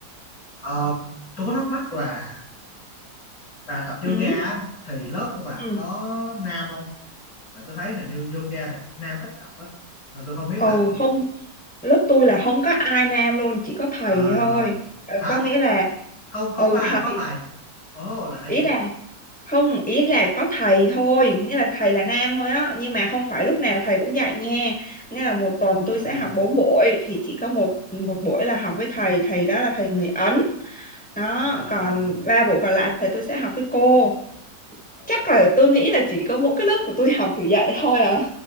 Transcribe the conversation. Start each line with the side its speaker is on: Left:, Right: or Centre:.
Left: Ờ, tôi có thắc mắc là bà tập
Centre: ừ.
Left: yoga á, thì lớp của bà
Centre: Ừ.
Left: có nam không tại tôi thấy hình như yoga thì nam ít tập á Mà tôi không biết
Centre: ừ
Left: là
Centre: không lớp tôi là không có ai nam luôn chỉ có thầy
Left: wow
Centre: thôi Ờ,
Left: hả
Centre: có nghĩa là
Left: không không
Centre: ừ
Left: có ai
Centre: thầy
Left: mà có thầy ồ lạ
Centre: ý
Left: vậy
Centre: là không ý là có thầy thôi nghĩa là thầy là nam thôi á nhưng mà không phải lúc nào thầy cũng dạy nha nghĩa là một tuần tôi
Left: à
Centre: sẽ học bốn buổi thì chỉ có một một buổi là học với thầy thầy đó là thầy người Ấn đó
Left: ờ
Centre: còn ba buổi còn lại thì tôi sẽ học với cô
Left: ồ
Centre: chắc là tôi nghĩ là chỉ có mỗi cái lớp của tôi học kiểu vậy thôi à